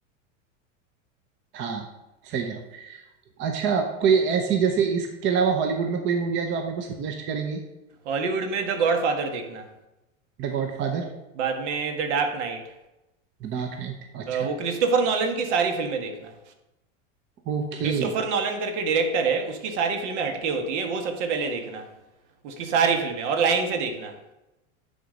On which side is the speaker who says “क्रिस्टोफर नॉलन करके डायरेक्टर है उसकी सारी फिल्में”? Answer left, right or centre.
Right